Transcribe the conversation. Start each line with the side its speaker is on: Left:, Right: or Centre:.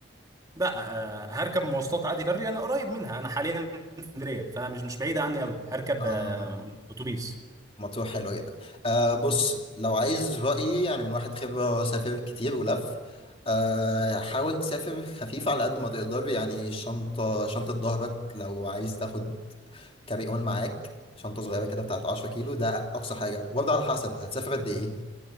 Right: لا آه، هركب مواصلات عادي بري انا قريب منها انا حاليا في اسكندريه فمش مش بعيده عني قوي هركب
Left: آه،
Right: آه، اتوبيس
Left: مطروح حلوه جدا آه بص لو عايز رايي يعني من واحد خبره سافر كتير ولف آه حاول تسافر خفيف على قد ما تقدر يعني شنطه شنطه ظهرك لو عايز تاخد كاري اون معاك شنطه صغيره كده بتاعت 10 كيلو ده اقصى حاجه وبرضه على حسب هتسافر قد ايه